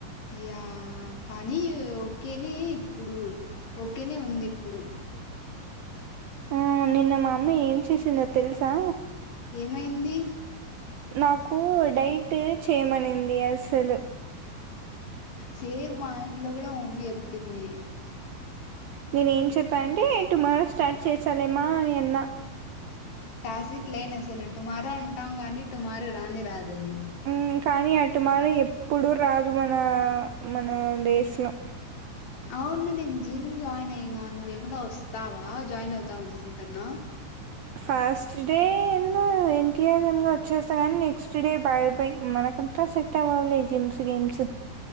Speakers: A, on the left (about 55°); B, on the right (about 70°).
A: య్యా కానీ ఓకేనే ఇప్పుడు ఓకేనే ఉంది ఇప్పుడు.
B: ఆ నిన్న మా అమ్మ ఏం చేసిందో తెలుసా?
A: ఏమైంది
B: నాకు ఒడైట్ చేయమనింది అసలు
A: సేమ్ మా ఇంట్లో కూడా మమ్మీ చెప్పింది.
B: నేను ఏం చెప్పా అంటే టుమారో స్టార్ట్ చేసాలేమ అని అన్నా
A: క్లాసిక్ లైన్ అసలు టుమారో అంటాం కానీ టుమారో రానే రాదది
B: ఉ కానీ ఆ టుమారో ఎప్పుడు రాదు మన మన డేస్ లో
A: అవును నేను జిమ్ జాయిన్ అయినా నువ్వేమనా వస్తావా జాయిన్ అవుదాం అనుకుంటాన్నా
B: ఫస్ట్ డే ఎన్ను వచ్చేస్తా ని నెక్స్ట్ డే బాయ బై మనకంతా సెట్ అవ్వలే జిమ్స్ గేమ్స్ మ్స్